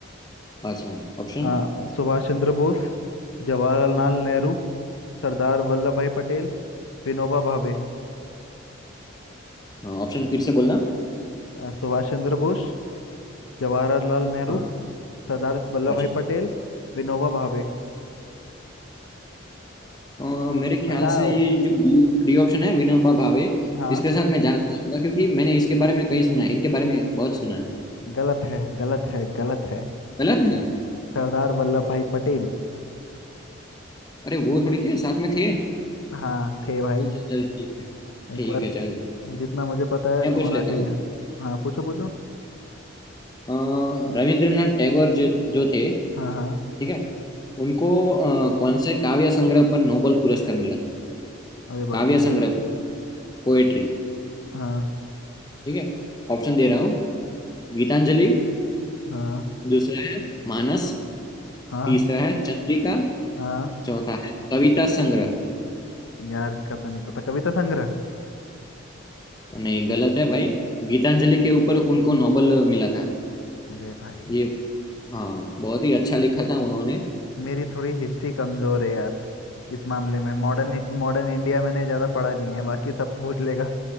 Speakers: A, on the left; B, on the left.
A: अच्छा ऑप्शन
B: आ, सुभाष चंद्र बोस जवाहरलाल नेहरू सरदार वल्लभ भाई पटेल विनोबा भावे
A: ऑप्शन फिर से बोलना
B: आ, सुभाष चंद्र बोस जवाहरलाल नेहरू
A: हाँ
B: सरदार वल्लभ
A: अच्छा
B: भाई पटेल विनोबा भावे
A: अ, मेरे ख्याल
B: बताओ
A: से ये जो डी डी ऑप्शन है विनोबा भावे
B: हाँ
A: इसके साथ मैं जाना चाहूंगा क्योंकि मैंने इसके बारे में कहीं सुना है इनके बारे में बहुत सुना है
B: गलत है गलत है गलत है
A: गलत है
B: सरदार वल्लभ भाई पटेल
A: अरे वो थोड़ी थे साथ में थे
B: हाँ थे भाई
A: अच्छा चल ठीक है
B: एक
A: ठीक
B: बार
A: है चल
B: जितना मुझे पता है
A: मैं पूछ
B: होना
A: लेता
B: चाहिए
A: हूँ
B: हाँ पूछो पूछो
A: अ, रविंद्रनाथ टैगोर जो जो थे
B: हाँ हाँ
A: ठीक है उनको अ, कौन से काव्य संग्रह पर नोबेल पुरस्कार मिला था
B: अरे बाप
A: काव्य
B: रे
A: संग्रह पर पोएट्री
B: हाँ
A: ठीक है ऑप्शन दे रहा हूँ गीतांजलि
B: हाँ
A: दूसरा है मानस
B: हाँ
A: तीसरा है चंद्रिका
B: हाँ
A: चौथा है कविता संग्रह
B: यार इसका तो नहीं पता कविता संग्रह
A: नहीं गलत है भाई गीतांजलि के ऊपर उनको नोबेल मिला था
B: अरे भाई
A: ये हाँ बहुत ही अच्छा लिखा था उन्होंने
B: मेरी थोड़ी हिस्ट्री कमजोर है यार इस मामले में मॉडर्न मॉडर्न इंडिया मैंने ज्यादा पढ़ा नहीं है बाकी सब पूछ लेगा